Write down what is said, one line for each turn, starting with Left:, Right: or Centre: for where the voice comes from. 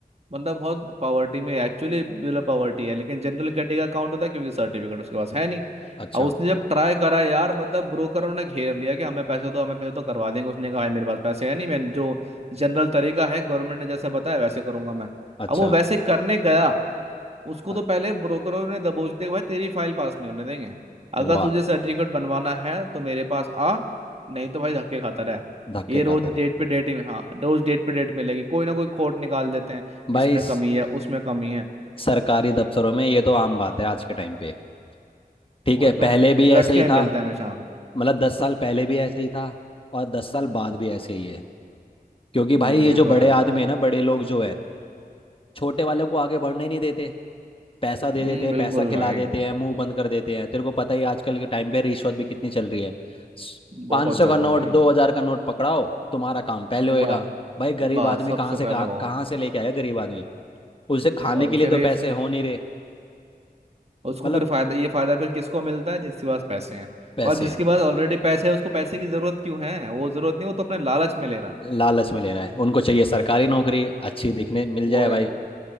Right: बंदा बहुत पावर्टी में एक्चुअली बिलो पावर्टी है लेकिन जनरल कैटेगरी का काउंट होता है क्योंकि सर्टिफिकेट उसके पास है नहीं
Left: अच्छा
Right: और उसने जब ट्राई करा यार मतलब ब्रोकरों ने घेर लिया कि हमें पैसे दो हमें पैसे तो करवा देंगे उसने कहा भाई मेरे पास पैसे है नहीं मैं जो जनरल तरीका है गवर्नमेंट ने जैसे बताया वैसे करूंगा मैं
Left: अच्छा
Right: अब वो वैसे करने गया उसको
Left: अ-
Right: तो पहले ब्रोकरों ने दबोच दिया भाई तेरी फाइल पास नहीं होने देंगे अगर
Left: वाह
Right: तुझे सर्टिफिकेट बनवाना है तो मेरे पास आ नहीं तो भाई धक्के खाता रहा
Left: धक्के
Right: ये
Left: खाता
Right: रोज
Left: रहा
Right: डेट पे डेट ही हाँ रोज डेट पे डेट मिलेगी कोई ना कोई खोट निकाल देते हैं
Left: भाई
Right: इसमें
Left: स-
Right: कमी है उसमें कमी है
Left: सरकारी दफ्तरों में ये तो आम बात है आज के टाइम पे ठीक
Right: वही
Left: है
Right: तो
Left: पहले भी
Right: लटके
Left: ऐसा ही
Right: ही
Left: था
Right: मिलते हैं हमेशा
Left: मतलब दस साल पहले भी ऐसा ही था और दस साल बाद भी ऐसे ही है क्योंकि
Right: हम्म,
Left: भाई ये
Right: ये तो
Left: जो बड़े
Right: है
Left: आदमी है ना बड़े लोग जो है छोटे वालों को आगे बढ़ने ही नहीं देते पैसा दे
Right: हम्म,
Left: देते हैं
Right: बिल्कुल
Left: पैसा खिला
Right: भाई
Left: देते हैं मुंह बंद कर देते हैं तेरे को पता ही आजकल के टाइम पे रिश्वत भी कितनी चल रही है पाँच
Right: बहुत
Left: सौ
Right: ज्यादा
Left: का नोट
Right: भाई
Left: दो हजार का नोट पकड़ाओ तुम्हारा काम पहले होएगा
Right: बस
Left: भाई गरीब
Right: बस
Left: आदमी
Right: सबसे
Left: कहाँ से कहाँ
Right: पहले वो
Left: कहाँ से लेके आएगा गरीब आदमी उसे खाने
Right: और
Left: के
Right: फिर
Left: लिए तो
Right: ये
Left: पैसे हो नहीं रहे
Right: उसको
Left: मतलब
Right: फिर फायदा ये फायदा फिर किसको मिलता है जिसके पास पैसे हैं
Left: पैसे
Right: और जिसके पास ऑलरेडी पैसे है उसको पैसे की जरूरत क्यों है वो जरूरत नहीं वो तो अपने लालच में ले रहा है
Left: लालच में ले रहा है उनको चाहिए सरकारी नौकरी अच्छी दिखने मिल
Right: वो
Left: जाए
Right: है।
Left: भाई